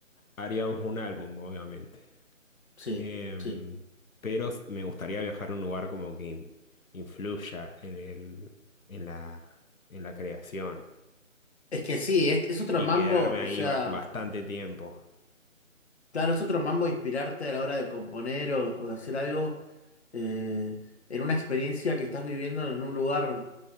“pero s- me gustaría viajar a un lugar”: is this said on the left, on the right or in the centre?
Left